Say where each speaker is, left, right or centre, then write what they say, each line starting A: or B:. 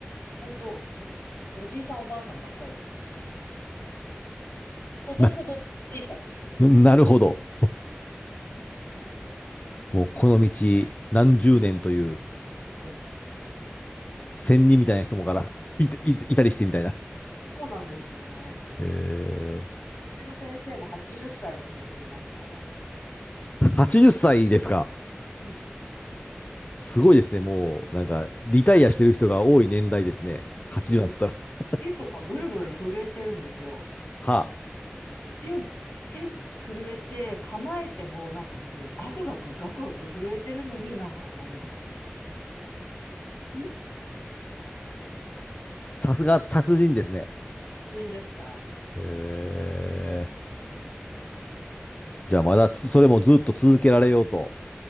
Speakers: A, on the left; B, on the left.
A: 本当おじいさんおばあさんばっかりです。ほぼほぼおじいさんです。
B: なる、<laughs> なるほど。もうこの道何十年という
A: うん。
B: 仙人みたいな人もから <laughs> い、い、いたりしてみたいな。
A: そうなんですよね。
B: え
A: うちの先生も80歳の先生いますから。
B: ー、80歳ですか。
A: うん。
B: すごいですね。もう、なんか、リタイアしてる人が多い年代ですね。80なんて言ったら。
A: あと手とかブルブル震えてるんですよ。
B: はあ。
A: 手、手震えて構えてもなんかもうガクガクガクガク震えてるのになんか当たるんですよね。うん。
B: さすが達人ですね。
A: 人ですから。
B: へえ。じゃあまだつ、それもずっと続けられようと。